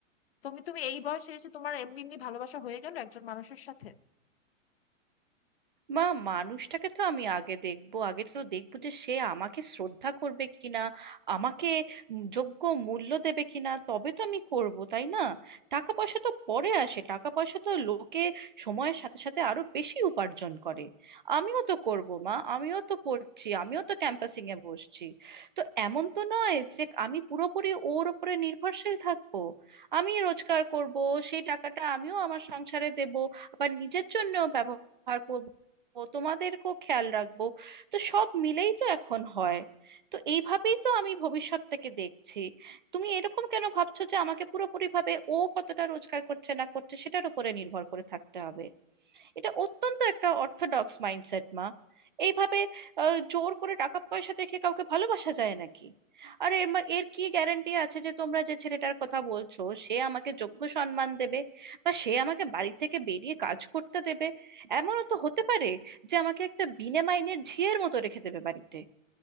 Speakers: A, on the left; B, on the right.
A: তুমি তুমি এই বয়সে এসে তোমার এমনি এমনি ভালোবাসা হয়ে গেল একজন মানুষের সাথে
B: বা মানুষটাকে তো আমি আগে দেখবো আগে তো দেখবো যে সে আমাকে শ্রদ্ধা করবে কিনা আমাকে যোগ্য মূল্য দেবে কিনা তবে তো আমি করব তাই না টাকা পয়সা তো পরে আসে টাকা পয়সা তো লোকে সময়ের সাথে সাথে আরো বেশি উপার্জন করে আমিও তো করব মা আমিও তো পড়ছি আমিও তো ক্যাম্পাসিং এ বসছি তো এমন তো নয় যে আমি পুরোপুরি ওর উপরে নির্ভরশীল থাকবো আমি রোজগার করব সেই টাকাটা আমিও আমার সংসারে দেব আবার নিজের জন্য ব্যবহার করব তোমাদেরকেও খেয়াল রাখবো তো সব মিলেই তো এখন হয় তো এইভাবেই তো আমি ভবিষ্যৎটাকে দেখছি তুমি এরকম কেন ভাবছো যে আমাকে পুরোপুরিভাবে ও কতটা রোজগার করছে না করছে সেটার উপরে নির্ভর করে থাকতে হবে এটা অত্যন্ত একটা অর্থোডক্স মাইন্ডসেট মা এইভাবে আহ, জোর করে টাকা পয়সা দেখে কাউকে ভালোবাসা যায় নাকি আর এর মা- এর কি গ্যারান্টি আছে যে তোমরা যে ছেলেটার কথা বলছো সে আমাকে যোগ্য সম্মান দেবে বা সে আমাকে বাড়ি থেকে বেরিয়ে কাজ করতে দেবে এমনও তো হতে পারে যে আমাকে একটা বিনা মাইনের ঝিয়ের মতো রেখে দেবে বাড়িতে